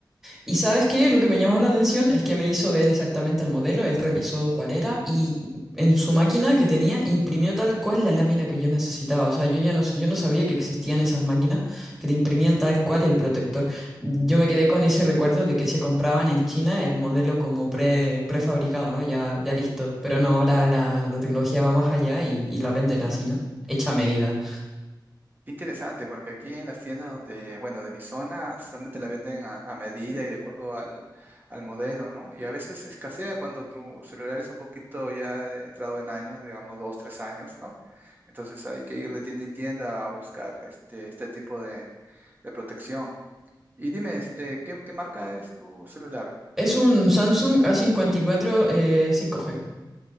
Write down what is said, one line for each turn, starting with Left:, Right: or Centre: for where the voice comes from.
Centre: Y ¿sabes qué? Lo que me llamó la atención es que me hizo ver exactamente el modelo, él revisó cuál era y en su máquina que tenía imprimió tal cual la lámina que yo necesitaba. O sea, yo ya no, yo no sabía que existían esas máquinas que te imprimían tal cual el protector. Yo me quedé con ese recuerdo de que se compraban en China el modelo como pre, prefabricado, ¿no? Ya, ya listo. Pero no, ahora la, la tecnología va más allá y, y la venden así, ¿no? Hecha a medida.
Right: Qué Interesante, porque aquí en las tiendas donde, bueno, de mi zona, solamente la venden a, a medida y de acuerdo al, al modelo, ¿no? Y a veces escasea cuando tu celular es un poquito ya de- entrado en años, digamos dos, tres años, ¿no? Entonces hay que ir de tienda en tienda a buscar este, este tipo de, de protección. Y dime, este, ¿qué, qué marca es tu celular?
Centre: Es un Samsung A54 cincuenta y cuatro eh, cinco g